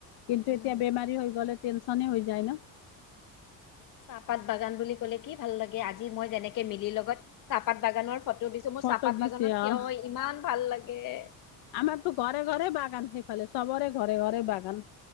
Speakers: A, on the left; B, on the left.
A: কিন্তু
B: উম।
A: এতিয়া বেমাৰী হৈ গ'লে, টেনচনে হৈ যায় ন।
B: চাহপাত বাগান বুলি ক'লে কি ভাল লাগে। আজি আজি মই যেনেকে মিলি লগত চাহপাত বাগানৰ ফটো দিছোঁ। মোৰ
A: ফটো
B: চাহপাত
A: দিছে
B: বাগানত থিয়
A: অ'।
B: হৈ ইমান ভাল লাগে। এ।
A: আমাৰতো ঘৰে ঘৰে বাগান সেইফালে, চবৰে ঘৰে ঘৰে বাগান।